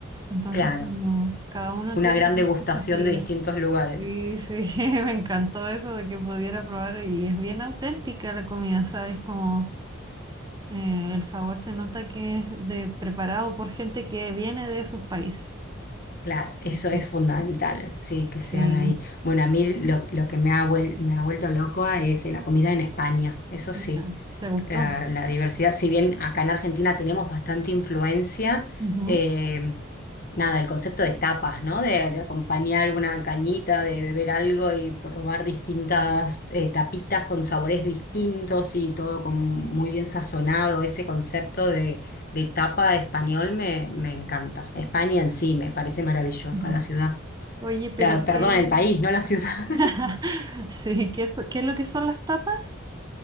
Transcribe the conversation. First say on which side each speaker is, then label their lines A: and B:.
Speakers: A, on the right (about 20°); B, on the left (about 45°).
A: Entonces,
B: claro,
A: como cada uno
B: una
A: tiene
B: gran degustación
A: su especialidad.
B: de distintos lugares.
A: Sí, sí, <laughs> me encantó eso de que pudiera probar y es bien auténtica la comida, ¿sabes? Como eh, el sabor se nota que es de preparado por gente que viene de esos países.
B: Claro, eso
A: Ok.
B: es fundamental, sí, que
A: Sí,
B: sean ahí. Bueno, a mí lo, lo que me ha, vuel- me ha vuelto loco es eh, la comida en España, eso sí.
A: ya. ¿Te gustó?
B: La, la diversidad, si bien acá en Argentina tenemos bastante influencia,
A: Ujú,
B: eh, nada, el concepto de tapas, ¿no? De, de acompañar una cañita, de beber algo y probar distintas eh, tapitas con sabores distintos y todo con muy bien sazonado. Ese concepto de, de tapa español me, me encanta. España en sí me parece maravillosa
A: ujú.
B: la ciudad.
A: Oye, pero
B: La- perdón,
A: qué,
B: el país, no la ciudad.
A: <laughs> sí, ¿qué, so- qué es lo que son las tapas?